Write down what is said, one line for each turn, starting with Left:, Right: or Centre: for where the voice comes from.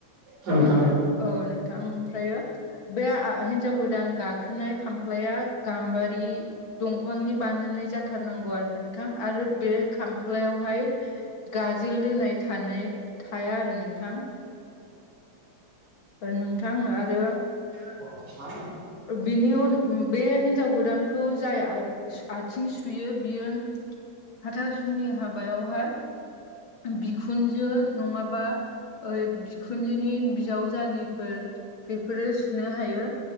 Right: औ
Left: ओमफ्राय
Right: नोंथां औ
Left: औ नोंथां ओमफ्रायो बे हिन्जाव गोदान गाखोनाय खामफ्लाया गाम्बारि दंफांनि बानायनाय जाथारनांगौ आरो नोंथां आरो बे खामफ्लायावहाय गाजोल दोनाय थानाय थाया आरो नोंथां। नोंथां आरो
Right: <unintelligible>
Left: बिनि उन बे हिनजाव गोदानखौ जाय आथिं सुयो बियो हाथासुनि हाबायावहाय बिखुनजो नङाबा ओइ बिखुनजोनि बिजावजालिफोर बेफोरो सुनो हायो।